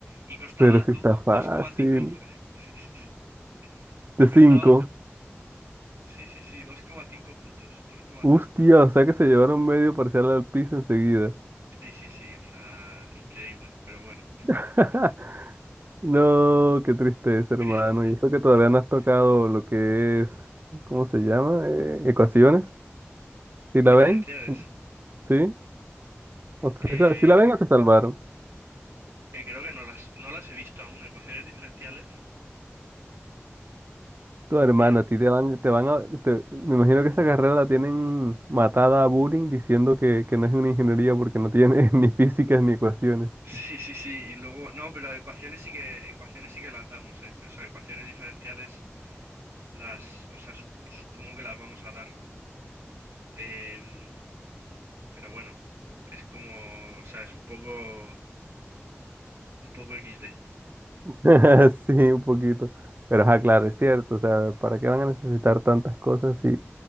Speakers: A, on the right; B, on the right.
A: Y costaba
B: Pero sí
A: do-
B: está fácil.
A: 2,5... pu- <laughs> Sí, sí, sí. Y
B: De
A: costaba...
B: cinco.
A: Sí, sí, sí, dos coma cinco puntos, dos coma
B: Hostia,
A: cinco
B: o sea que se llevaron medio parcial al piso enseguida.
A: Sí, sí, sí, o sea, increíble, pero bueno.
B: <laughs> No, qué tristeza, hermano.
A: <laughs>
B: Y eso que todavía no has tocado lo que es, ¿cómo se llama? Eh, ecuaciones. ¿Sí la
A: Diferenciales.
B: ven? ¿Sí? O
A: Eh,
B: sea, si la ven o se salvaron.
A: eh, creo que no las, no las he visto aún. Ecuaciones diferenciales.
B: Tu hermana,
A: qué
B: a ti te van, te van a, te- me imagino que esa carrera la tienen matada a bullying diciendo que, que no es una ingeniería porque no tiene <laughs> ni físicas ni ecuaciones.
A: Sí, sí, sí. Y luego. No, pero ecuaciones sí que. Ecuaciones sí que las damos, eh. O sea, ecuaciones diferenciales las. O sea, sup- supongo que las vamos a dar. Em, pero bueno. Es como. O sea, es un poco. Un poco XD.
B: <laughs> Sí, un poquito. Pero ajá, claro,
A: Pero.
B: es cierto. O sea, ¿para qué van a necesitar tantas cosas si